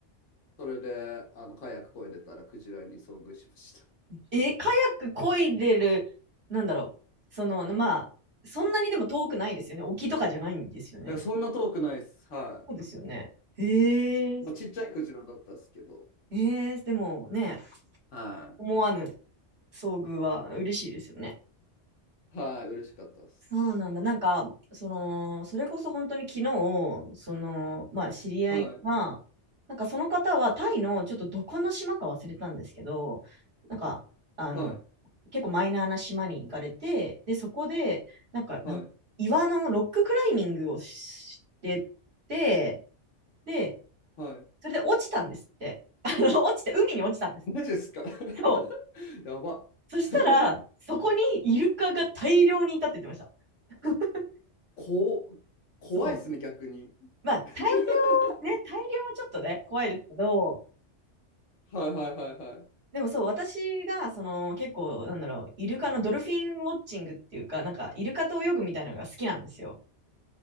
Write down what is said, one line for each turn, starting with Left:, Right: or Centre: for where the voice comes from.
Left: それであのカヤック漕いでたらクジラに遭遇しまし
Right: え、カヤック漕いでる、なんだろう。その、まあ、そんなにでも遠くないですよね。沖とかじゃないんですよね。
Left: た。え、そんな遠くないっす。は
Right: そうですよね。えー、
Left: い。まあ、ちっちゃいクジラだったっすけど、
Right: えー、でもね、
Left: は
Right: 思わぬ遭遇は嬉しいですよね。
Left: い。はい、嬉しかったっす。
Right: そうなんだ。なんか、その、それこそ本当に昨日、その、まあ、知り合いが、
Left: はい、
Right: なんかその方はタイのちょっとどこの島か忘れたんですけど、なんか、あの、
Left: はい、
Right: 結構マイナーな島に行かれて、で、そこで、なんか、なん、
Left: はい、
Right: 岩のロッククライミングをしてて、で、
Left: はい。
Right: それで落ちたんですって。<laughs> あの、落ちて、海に落ちたんです。
Left: マジっすか
Right: そう。
Left: <laughs> やば。
Right: そしたら、
Left: <laughs>
Right: そこにイルカが大量にいたって言ってました。<laughs>
Left: こ、怖いっすね、
Right: そ
Left: 逆に。
Right: う。まあ、
Left: <laughs>
Right: 大量、ね、大量はちょっとね、怖いですけど、
Left: はいはいはいは
Right: でもそう、私が、その、結構、なんだろう、イルカのドルフィンウォッチングっていうか、なんか、イルカと泳ぐみたいなのが好きなんですよ。